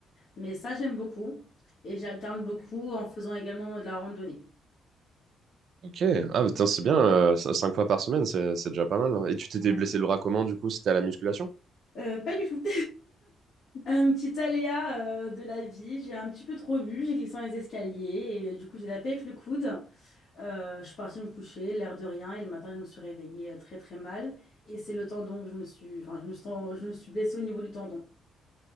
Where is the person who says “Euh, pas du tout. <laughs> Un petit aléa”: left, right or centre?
Left